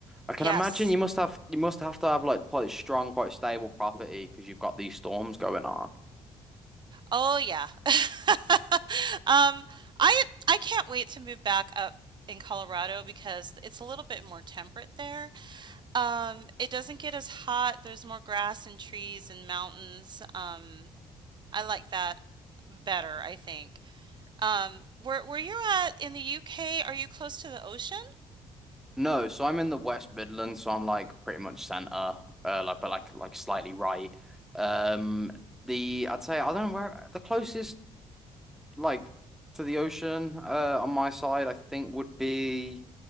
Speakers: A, in the centre; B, on the right.
A: I can
B: Yes.
A: imagine you must have you must have to have like quite strong, quite stable property because you've got these storms going on.
B: Oh yeah. <laughs> Um, I I can't wait to move back up in Colorado because it's a little bit more temperate there. Um, it doesn't get as hot. There's more grass and trees and mountains. Um, I like that better, I think. Um, where where you're at in the UK, are you close to the ocean?
A: No, so I'm in the West Midlands, so I'm like pretty much centre, uh, like but like like slightly right. Um, the I'd say I don't know where the closest like to the ocean, uh, on my side I think would be.